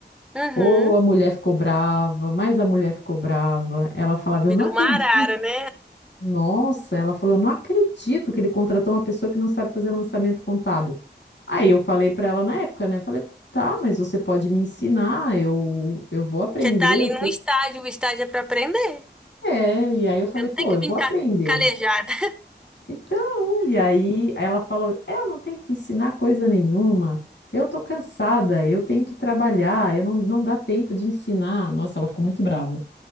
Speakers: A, in the centre; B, on the left (about 75°).
A: Uhum.
B: Ou a mulher ficou brava, mas a mulher ficou brava. Ela falava,
A: Virou
B: eu não acredito.
A: uma arara, né?
B: Nossa, ela falou, eu não acredito que ele contratou uma pessoa que não sabe fazer lançamento contábil. Aí eu falei para ela na época, né? Falei, tá, mas você pode me ensinar, eu, eu vou aprender.
A: Você tá ali
B: eu
A: num
B: tô-
A: estágio, o estágio é pra aprender.
B: É, e aí eu falei,
A: Você não
B: pô,
A: tem que
B: eu
A: vir
B: vou
A: ca-
B: aprender.
A: calejada.
B: Então, e aí ela falou: Eu não tenho que ensinar coisa nenhuma, eu tô cansada, eu tenho que trabalhar, eu não, não dá tempo de ensinar. Nossa, ela ficou muito brava.